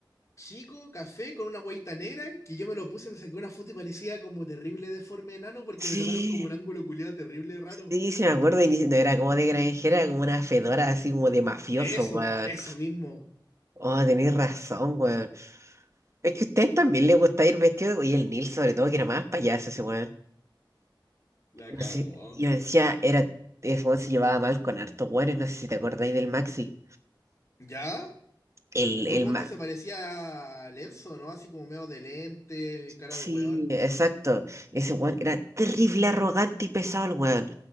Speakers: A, on the left; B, on the right.
A: chico, café, con una guayita negra, que yo me lo puse, me saqué una foto y parecía como terrible deforme enano porque
B: Sí,
A: me tocaron como un ángulo culiado terrible raro.
B: sí, sí me acuerdo, y ni- no era como de granjera, era como una fedora así como de mafioso,
A: Eso,
B: weón.
A: eso mismo.
B: Oh, tenés razón, weón. Es que a ustedes también les gusta ir vestido, y el Neil sobre todo, que era más payaso ese weón.
A: La
B: No
A: cagó.
B: sé, yo decía, era, ese weón se llevaba mal con hartos weones, no sé si te acordáis del Maxi.
A: ¿Ya?
B: El,
A: Un
B: el
A: weón
B: Maxi,
A: que se parecía a Lenzo, ¿no? Así como medio de lente, cara
B: sí,
A: de weón.
B: exacto. Ese weón era terrible, arrogante y pesado el weón.